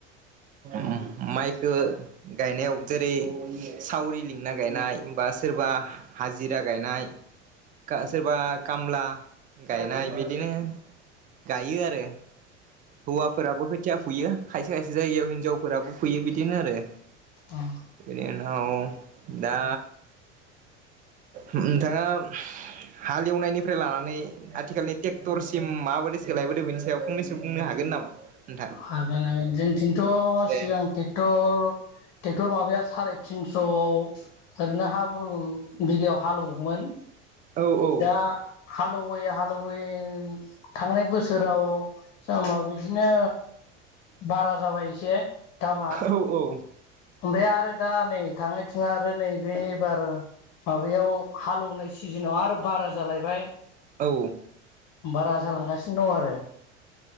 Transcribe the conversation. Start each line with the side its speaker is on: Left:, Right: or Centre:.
Right: मा-माइखो गायनायाव जेरै सावरि लिंना गायनाय बा सोरबा हा-हाजिरा गायनाय सोरबा खामला गायनाय बिदिनो गायो आरो। हौवाफोराबो खोथिया फुयो खायसे खायसे जायगायाव हिनजावफोराबो फुयो बिदिनो आरो।
Left: ओं
Right: <unintelligible> औ दा नोंथाङा हालेवनायनिफ्राय लानानै आथिखालनि ट्रेक्टरसिम माबादि सोलायबोदो बेनि सायाव फंनैसो बुंनो हागोन नामा? नोंथां
Left: हागोन हागोन जोंथिंथ'
Right: दे
Left: सिगां ट्रेक्टर ट्रेक्टर माबाया साराय थिनस' ओरैनो हा <unintelligible> बिगायाव हालोवोमोन।
Right: औ औ
Left: दा हालौयै हालौ यै थांनाय बोसोराव दामा बिदिनो बारा जाबाय एसे। दामा
Right: औ औ।
Left: ओमफ्राय आरो दा नै थाङै थुङै आरो नै बे एबार माबायाव हालौनाय सिजोनाव आरो बारा जालायबाय।
Right: औ।
Left: बारा जालांगासिनो दं आरो।